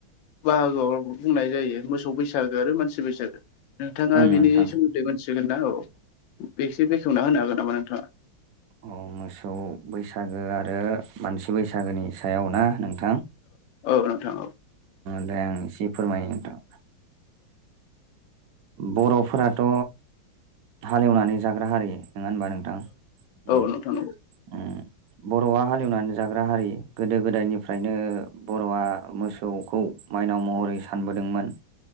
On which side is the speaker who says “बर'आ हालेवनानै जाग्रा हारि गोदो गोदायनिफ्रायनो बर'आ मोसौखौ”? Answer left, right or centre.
Right